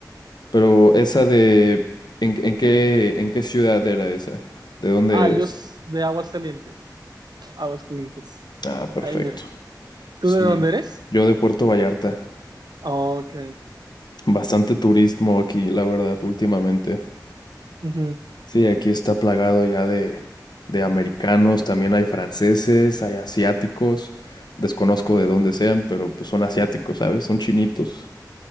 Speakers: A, on the left; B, on the right.
A: Pero esa de... ¿En, en qué, en qué ciudad era esa? ¿De dónde
B: Ah,
A: eres?
B: yo s- de Aguascalientes, Aguascalientes.
A: Ah, perfecto.
B: Ahí miro. ¿Tú
A: Sí,
B: de dónde eres?
A: yo de Puerto Vallarta.
B: Ok.
A: Bastante turismo aquí, la verdad, últimamente.
B: Ujú,
A: Sí, aquí está plagado ya de, de americanos, también hay franceses, hay asiáticos. Desconozco de dónde sean, pero pues son asiáticos, ¿sabes? Son chinitos.